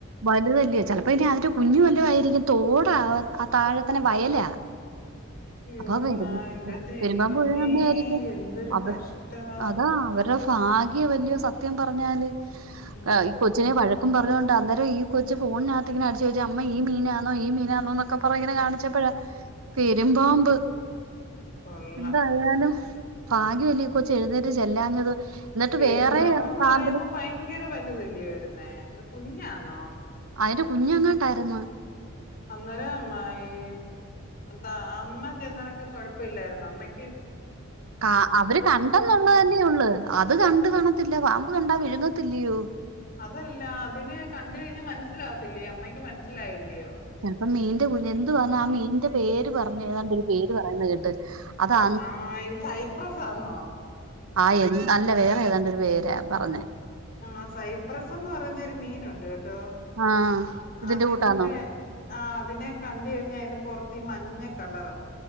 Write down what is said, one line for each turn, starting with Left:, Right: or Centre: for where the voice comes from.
Right: വലുതല്യെ? ചെലപ്പോ ഇനി അതിന്റെ കുഞ്ഞ് വല്ലോം ആയിരിക്കും തോടാ ആ താഴെ തന്നെ വയലാ
Left: അയ്യോ
Right: അപ്പൊ
Left: എന്നാ
Right: പെരും
Left: എന്റെ ദൈവമേ
Right: പെരുമ്പാമ്പു വിഴ്ങ്ങുന്നെ‌യാരിക്കും
Left: എന്തൊരു
Right: അവര്
Left: കഷ്ടവാ
Right: അതാ അവരു ഫാഗ്യ വല്ലിയോ സത്യം പറഞ്ഞാല്
Left: ഉം
Right: ഏഹ് ഈ കൊച്ചിനെ വഴക്കും പറഞ്ഞൊണ്ട് ഈ കൊച്ച് ഫോണിനകത്തിങ്ങനെ അടിച്ച് ചോയ്ച്ച് അമ്മ ഈ മീനാണോ, ഈ മീനാണോന്നൊക്കെ പറഞ്ഞി ങ്ങനെ കാണിച്ചപ്പഴാ പെരും പാമ്പ്.
Left: കൊള്ളാം
Right: എന്തായാലും ഭാഗ്യം ല്ലെ ഈ കൊച്ച് എഴുന്നേറ്റ് ചെല്ലാഞ്ഞത്. എന്നിട്ട്
Left: പെരുംമ്പാമ്പെന്ന്
Right: വേറെ പാമ്പിന്
Left: പറയുമ്പോ ഭയങ്കര വലുതല്ലിയോ, വരുന്നേ ഇത് കുഞ്ഞാന്നോ?
Right: അയിന്റെ കുഞ്ഞെങ്ങാട്ടായിരുന്നു.
Left: അന്നേരം ഈ അമ്മ ചന്തനക്ക് കൊഴപ്പ ഇില്ലായിരുന്നു. നമ്മയ്ക്ക്
Right: കാ അവര് കണ്ടെന്നുള്ളത്തന്നെയൊള്ള്, അത് കണ്ട് കാണത്തില്ല പാമ്പ് കണ്ടാ വിഴുങ്ങത്തി ല്ലിയോ?
Left: അതല്ല. അതിനെ കണ്ട്‌ കഴിഞ് മനസ്സിലാവത്തില്ലേ അമ്മക്ക് മനസ്സിലായില്ലയോ?
Right: ചെലപ്പം മീന്റെ കുഞ്ഞ എന്തുവാന്ന ആ മീന്റെ പേര് പറഞ്ഞ, ഏതാണ്ട് ഒരു പേര് പറന്ന കേട്ട് അതാ
Left: ആഹ. സൈപ്രസാന്നോ?
Right: ആ എ അല്ല. വേറെ ഏതാണ്ടൊരു പേരാ പറഞ്ഞെ
Left: ആസൈപ്രസ് എന്ന് പറയുന്നൊരു മീനുണ്ട് കേട്ടോ?
Right: ആഹ് ഇതിന്റെ
Left: അതിന്റെ
Right: കൂട്ടാന്നോ
Left: ആ അതിനെ കണ്ട്‌ കഴിഞ്ഞാ അതിന്റെ പൊറത്ത് ഈ മഞ്ഞ കളറാ.